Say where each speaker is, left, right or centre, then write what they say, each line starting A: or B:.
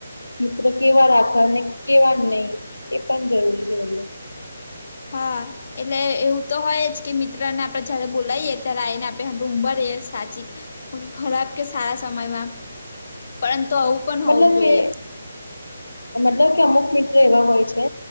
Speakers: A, on the left (about 80°); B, on the left (about 50°).
A: મિત્ર કેવા રાખવા ને કેવા નહીં, એ પણ જરૂરી છે બ
B: હા. એટલે એવું તો હોય જ કે મિત્ર ને આપણે જયારે બોલાવીએ ત્યારે આને આપણે ઉંમર સાચી. ખરાબ કે સારા સમયમાં, પરંતુ આવું પણ
A: મતલબ
B: હોવું જોઈએ.
A: કે મતલબ કે અમુક મિત્રો એવા હોય છે.